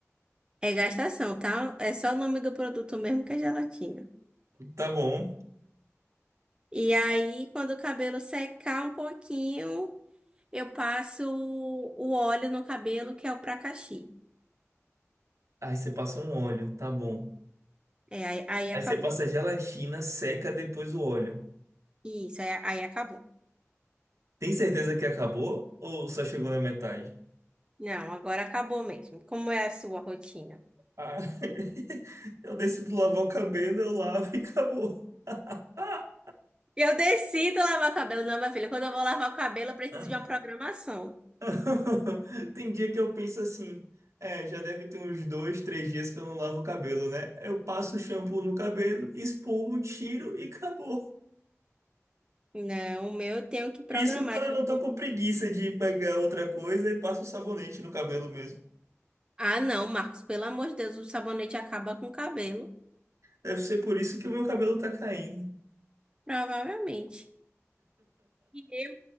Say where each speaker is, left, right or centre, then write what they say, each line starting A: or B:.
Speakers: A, on the right; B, on the right.
A: É gastação, tá? É só o nome do produto mesmo que é gelatina.
B: Tá bom.
A: E aí, quando o cabelo secar um pouquinho, eu passo o óleo no cabelo, que é o Prakashi.
B: Aí você passa um óleo, tá bom.
A: É, aí, aí
B: Aí
A: acabou.
B: você passa a gelatina, seca depois o óleo.
A: Isso, aí, aí acabou.
B: Tem certeza que acabou ou só chegou na metade?
A: Não, agora acabou mesmo. Como é a sua rotina?
B: Ah, <laughs> eu decido lavar o cabelo, eu lavo e acabou. Ah!
A: Eu decido lavar o cabelo, não, minha filha. Quando eu vou lavar o cabelo, eu preciso
B: ah.
A: de uma programação.
B: <laughs> Tem dia que eu penso assim, é, já deve ter uns dois, três dias que eu não lavo o cabelo, né? Eu passo o shampoo no cabelo, espumo, tiro e acabou.
A: Não, o meu eu tenho que programar.
B: Isso quando eu
A: Tipo,
B: não tô com preguiça de pegar outra coisa e passo o sabonete no cabelo mesmo.
A: ah, não, Marcos, pelo amor de Deus, o sabonete acaba com o cabelo.
B: Deve ser por isso que o meu cabelo tá caindo.
A: Provavelmente. E eu,